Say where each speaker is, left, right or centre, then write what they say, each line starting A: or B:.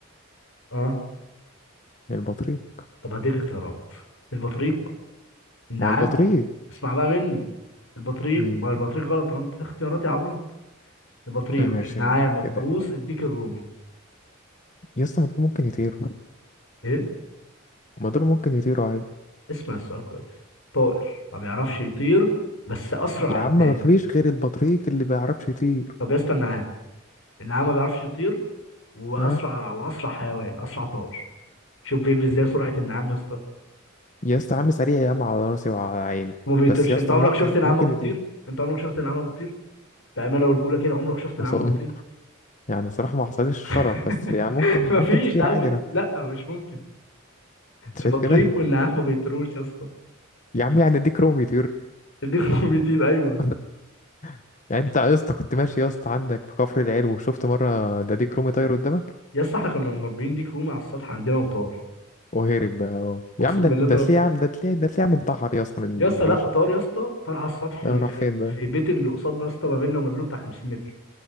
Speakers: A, on the left; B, on the left.
A: اه
B: البطريق
A: طب هديك اختيارات البطريق النعام
B: ما هو البطريق
A: اسمع بقى مني البطريق
B: امم
A: ما البطريق غلط انا مديت اختيارات يا عبيط البطريق
B: ماشي
A: النعام الطاووس
B: كده
A: الديك الرومي
B: يا اسطى ما دول ممكن يطيروا
A: ايه
B: ما دول ممكن يطيروا عادي
A: اسمع السؤال كويس طائر ما بيعرفش يطير بس اسرع
B: يا
A: عداء
B: عم ما فيش غير البطريق اللي بيعرفش يطير
A: طب يا اسطى النعام النعام ما بيعرفش يطير واسرع
B: ها
A: واسرع حيوان اسرع طائر شوف بيجري ازاي سرعه النعام يا اسطى
B: يا اسطى عامل سريع يا عم على راسي وعلى عيني
A: وما بيطيرش
B: بس يا
A: انت
B: اسطى
A: عمرك
B: ممكن
A: شفت نعامه
B: ممكن
A: بتطير
B: يتم
A: انت عمرك شفت نعامه بتطير بامانه ورجوله كده عمرك شفت
B: مصاب
A: نعامه بتطير
B: يعني صراحة ما حصلش شرف
A: <laughs>
B: بس يعني ممكن
A: مفيش
B: ممكن تطير
A: نعامه
B: عادي
A: بت...
B: لو
A: لا مش ممكن
B: انت
A: البطريق
B: شايف كده
A: والنعام ما بيطيروش يا اسطى
B: <laughs> يا عم يعني ديك رومي يطير
A: الديك <laughs> بيطير ايوه
B: <laughs> يعني انت يا اسطى كنت ماشي يا اسطى عندك في كفر العلو وشفت مرة ده ديك رومي طاير قدامك
A: يا اسطى احنا كنا مربيين ديك رومي على السطح عندنا وطار
B: وهرب بقى اهو. يا
A: اقسم
B: عم ده
A: بالله
B: ده
A: طار
B: تلاقيه يا عم ده تلاقيه ده تلاقيه عم انتحر يا اسطى من
A: يا اسطى
B: العيشة
A: لا طار يا اسطى طار على السطح
B: اه،
A: في
B: راح فين بقى
A: في بيت اللي قصادنا يا اسطى ما بيننا وما بينه بتاع 50 متر